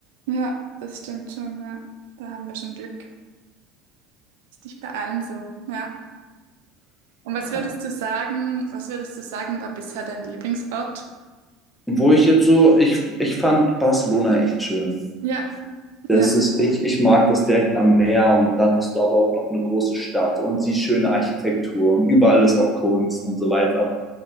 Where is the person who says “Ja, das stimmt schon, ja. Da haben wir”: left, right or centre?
Right